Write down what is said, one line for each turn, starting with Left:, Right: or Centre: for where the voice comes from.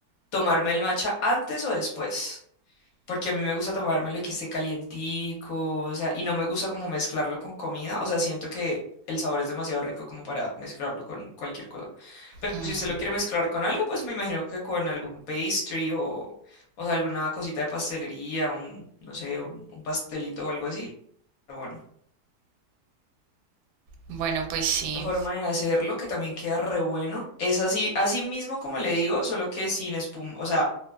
Left: tomarme el matcha antes o después. porque a mí me gusta tomármelo y que esté calientico, o sea, y no me gusta como mezclarlo con comida, o sea, siento que el sabor es demasiado rico como para mezclarlo con cualquier cosa. Pero
Right: Mm,
Left: si usted lo quiere mezclar con algo, pues me imagino que con algún pastry o, o sea, alguna cosita de pastelería, un, no sé, un, un pastelito o algo así. Pero bueno,
Right: bueno, pues sí.
Left: la forma de hacerlo, que también queda re bueno, es así, así mismo como le digo, solo que sin espuma, o sea,